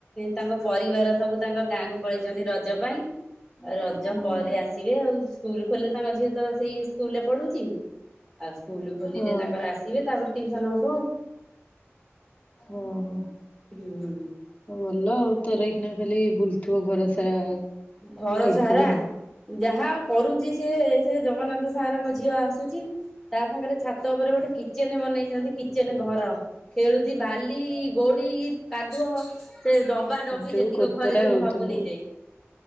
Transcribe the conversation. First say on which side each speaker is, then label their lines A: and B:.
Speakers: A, in the centre; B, on the left.
A: ତାଙ୍କ ପରିବାର ସବୁ ତାଙ୍କ ଗାଁକୁ ପଳେଇଛନ୍ତି ରଜ ପାଇଁ
B: ହୁଁ
A: ଆଉ ରଜ ପରେ ଆସିବେ ଆଉ ସ୍କୁଲ ଖୋଲେ ତାଙ୍କ ଝିଅ ତ ସେଇ ସ୍କୁଲରେ ପଢୁଛି। ଆଉ ସ୍କୁଲ ଖୋଲିଲେ
B: ହଁ
A: ତାଙ୍କର ଆସିବେ ତାପରେ ଟିଉସନ ହବ।
B: ଓହୋ।
A: ହୁଁ।
B: ଭଲ, ଆଉ ତୋରଏଇକିନା ଖାଲି ବୁଲୁଥିବ ଘର ସାରା,
A: ଘର
B: ଏଡୁ
A: ସାରା
B: ସେଡୁ <unintelligible>
A: ଯାହା କରୁଛି ସିଏ, ସେ ଜଗନ୍ନାଥ ସାରଙ୍କ ଝିଅ ଆସୁଛି। ତା ସାଙ୍ଗରେ ଛାତ ଉପରେ ଗୋଟେ କିଚେନ ବନେଇଛନ୍ତି, କିଚେନ ଘର ଖେଳୁଛି, ବାଲି, ଗୋଡି, କାଦୁଅ ସେ ଡବା ଡବି
B: ଯୋଉ
A: ଯେତିକ
B: କୋତରା
A: ଘରେ ଥିଲା,
B: ହଉଥିବ।
A: ସବୁ ନେଇଯାଇଛି।